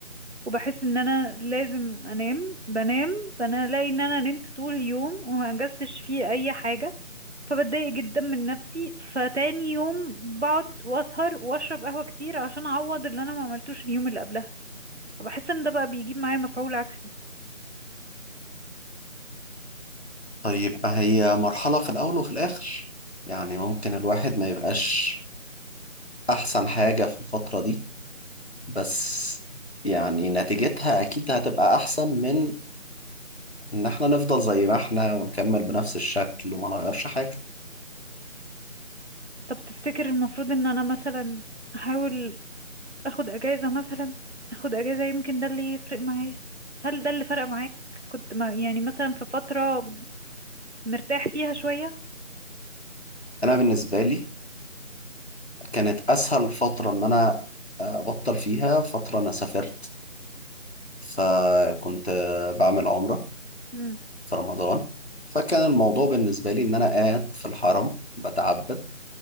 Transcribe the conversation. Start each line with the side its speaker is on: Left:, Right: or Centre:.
Right: وبحس ان انا لازم انام بنام فانا الاقي ان انا نمت طول اليوم وما انجزتش فيه اي حاجه فبتضايق جدا من نفسي فتاني يوم بقعد واسهر واشرب قهوه كتير عشان اعوض اللي انا ما عملتوش اليوم اللي قبلها فبحس ان ده بقى بيجيب معايا مفعول عكسي
Left: طيب ما هي مرحلة في الأول وفي الآخر يعني ممكن الواحد ما يبقاش أحسن حاجة في الفترة دي بس يعني نتيجتها أكيد هتبقى أحسن من إن إحنا نفضل زي ما إحنا ونكمل بنفس الشكل وما نغيرش حاجة
Right: طب تفتكر المفروض ان انا مثلا احاول اخد اجازه مثلا اخد اجازه يمكن ده اللي يفرق معايا هل ده اللي فرق معاك كنت ما يعني مثلا في فتره مرتاح فيها شويه
Left: أنا بالنسبة لي كانت أسهل فترة إن أنا أبطل فيها فترة أنا سافرت فكنت بعمل عمرة
Right: امم
Left: في رمضان فكان الموضوع بالنسبة لي إن أنا قاعد في الحرم بتعبد